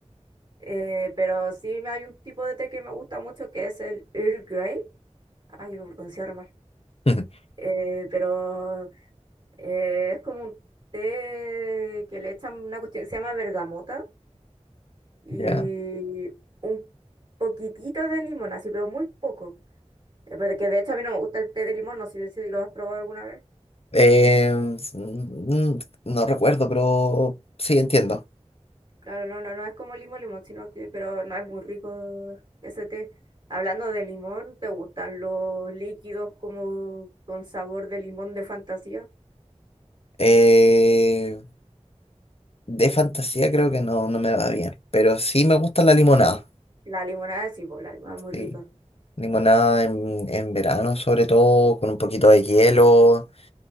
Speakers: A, on the right; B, on the left.
A: eh, pero sí me- hay un tipo de té que me gusta mucho que es el Earl Grey, ay, lo pronuncié re mal,
B: <laughs>
A: Eh, pero eh, es como un té que le echan una cuestión que se llama bergamota y
B: Ya.
A: un poquitito de limón, así, pero muy poco, Eh, porque de hecho a mí no me gusta el té de limón, no sé si lo has probado alguna vez.
B: Eh, s- mm, no recuerdo, pero sí entiendo.
A: Claro, no, no, no es como limón, limón, sino que, pero no es muy rico ese té. Hablando de limón, ¿te gustan los líquidos como con sabor de limón de fantasía?
B: Eh, de fantasía creo que no, no me va bien, pero sí me gusta la limonada.
A: La limonada sí, pues, la limonada es muy
B: Sí.
A: rica.
B: Limonada en, en verano sobre todo, con un poquito de hielo,